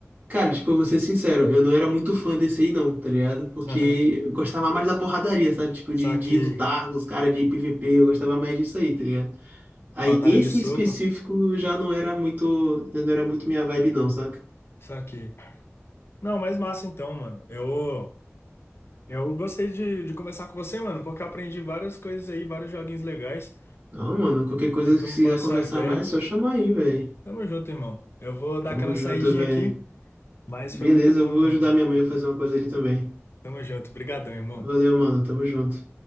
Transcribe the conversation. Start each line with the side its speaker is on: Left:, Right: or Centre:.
Right: Cara, tipo, eu vou ser sincero, eu não era muito fã desse aí não, tá ligado? Porque
Left: Aham.
Right: eu gostava mais da porradaria, sabe? Tipo,
Left: Só
Right: de, de
Left: que.
Right: lutar com os caras de PVP, eu gostava mais disso aí, tá ligado? Aí
Left: Batalha
Right: esse
Left: de sopa,
Right: em específico já não era muito, já não era muito minha vibe não, saca?
Left: só que. Não, mas massa então, mano. Eu. Eu gostei de, de conversar com você, mano, porque eu aprendi várias coisas aí, vários joguinhos legais,
Right: Não, mano, qualquer coisa
Left: que tu
Right: que
Left: me
Right: você
Left: passou
Right: quiser conversar
Left: a ideia.
Right: mais, é só chamar aí, velho.
Left: Tamo junto, irmão. Eu vou dar
Right: Tamo
Left: aquela
Right: junto,
Left: saidinha
Right: velho.
Left: aqui, mas
Right: Beleza,
Left: foi muito bom,
Right: eu vou
Left: mano.
Right: ajudar minha mãe a fazer uma coisa ali também.
Left: Tamo junto. Obrigadão, irmão.
Right: Valeu, mano, tamo junto.